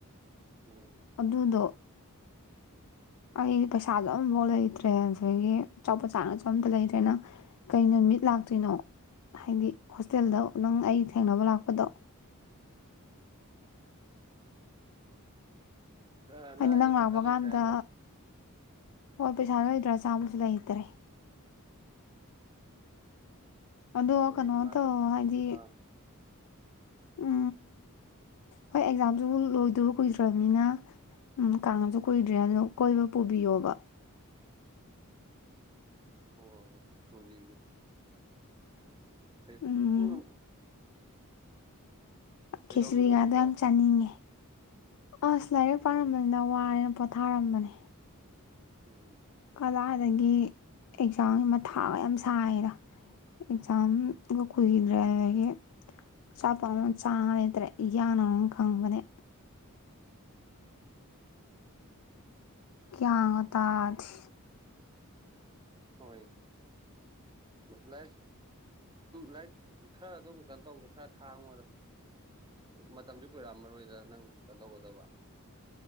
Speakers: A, on the right (about 20°); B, on the left (about 80°).
A: ꯎꯝ
B: ꯑꯗꯨꯗꯣ ꯑꯩ ꯄꯩꯁꯥꯁꯨ ꯑꯝꯐꯥꯎ ꯂꯩꯇ꯭ꯔꯦ ꯑꯗꯒꯤ ꯆꯥꯎꯄ ꯆꯥꯡꯅꯁꯨ ꯑꯝꯇ ꯂꯩꯇ꯭ꯔꯦ ꯅꯪ ꯀꯩ ꯅꯨꯃꯤꯠ ꯂꯥꯛꯇꯣꯏꯅꯣ ꯍꯥꯏꯗꯤ ꯍꯣꯁꯇꯦꯜꯗ ꯅꯪ ꯑꯩ ꯊꯦꯡꯅꯕ ꯂꯥꯛꯄꯗꯣ
A: ꯑ
B: ꯍꯥꯏꯗꯤ
A: ꯅ
B: ꯅꯪ
A: ꯌꯠꯇ
B: ꯂꯥꯛꯄ
A: ꯆꯂ꯭ꯔꯦꯔꯣ
B: ꯀꯥꯟꯗ ꯍꯣꯏ ꯄꯩꯁꯥ ꯂ ꯂꯩꯇ꯭ꯔꯥ ꯆꯥꯝꯃꯁꯨ ꯂꯩꯇꯔꯦ ꯑꯗꯣ
A: ꯍꯣꯏ
B: ꯀꯩꯅꯣ
A: ꯑꯩ ꯃꯥꯗ
B: ꯇꯧ ꯍꯥꯏꯗꯤ
A: ꯑꯥ
B: ꯎ ꯍꯣꯏ ꯑꯦꯛꯖꯥꯝꯁꯨ ꯂꯣꯏꯗꯕ ꯀꯨꯏꯗ꯭ꯔꯕꯅꯤꯅ ꯀꯥꯡꯉꯁꯨ ꯀꯨꯏꯗ꯭ꯔꯦ ꯑꯗꯨꯅ ꯀꯣꯏꯕ ꯄꯨꯕꯤꯌꯣꯕ
A: ꯑꯣ ꯎꯕꯤꯒꯤ ꯍ
B: ꯎꯝ
A: ꯎ ꯀꯩꯗꯧꯔꯝꯃꯤꯅꯣ
B: ꯈꯦꯆꯔꯤꯒꯥꯗ
A: ꯍꯧꯖꯤꯛꯄꯣ
B: ꯌꯥꯝ ꯆꯥꯅꯤꯡꯉꯦ ꯑꯁ ꯂꯥꯏꯔꯤꯛ
A: ꯍꯣꯏ
B: ꯄꯥꯔꯝꯕꯅꯤꯅ ꯋꯥꯔꯦ ꯄꯣꯊꯥꯔꯝꯕꯅꯦ
A: ꯎꯝ
B: ꯀꯂꯥꯗꯒꯤ ꯑꯦꯛꯖꯥꯝꯁꯤ ꯃ ꯊꯥꯒ ꯌꯥꯝ ꯁꯥꯏꯔ ꯑꯦꯛꯖꯝ
A: ꯎꯝ
B: ꯒ ꯀꯨꯏ ꯑꯗꯨꯗꯒꯤ ꯑꯄ ꯑꯃ ꯆꯥꯇ꯭ꯔꯦ ꯌꯥꯌꯥꯅ ꯑꯃ ꯈꯪꯕꯅꯦ ꯀ꯭ꯌꯥ ꯇꯥꯖ
A: ꯍꯣꯏ ꯂꯥꯏꯔꯤꯛ ꯂꯥꯏꯔꯤꯛ ꯈꯔ ꯑꯗꯨꯝ ꯀꯩꯅꯣ ꯇꯧꯗꯦ ꯈꯔ ꯈꯥꯡꯕꯗ ꯃꯇꯝꯁꯨ ꯀꯨꯏꯔꯛꯑꯝꯃꯔꯣꯏꯗ ꯅꯪ ꯀꯩꯅꯣ ꯇꯧꯒꯗꯕ